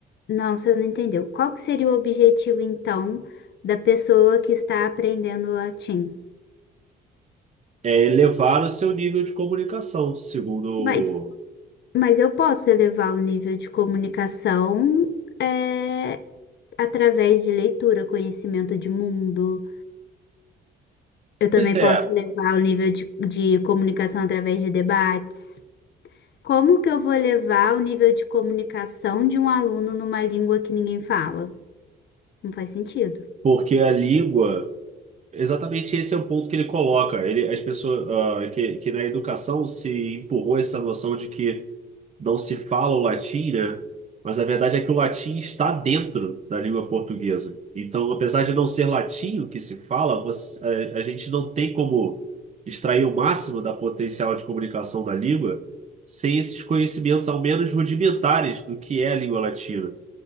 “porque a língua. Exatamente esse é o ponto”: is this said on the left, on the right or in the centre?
Right